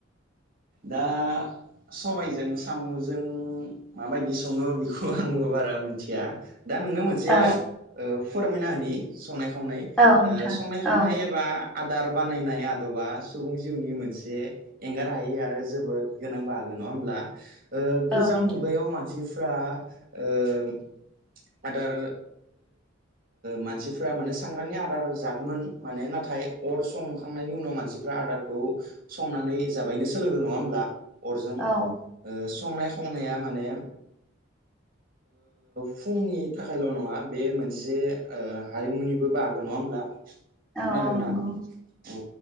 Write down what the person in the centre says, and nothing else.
औ
औ नोंथां
औ
औ नोंथां
औ
औ
औ नंगौ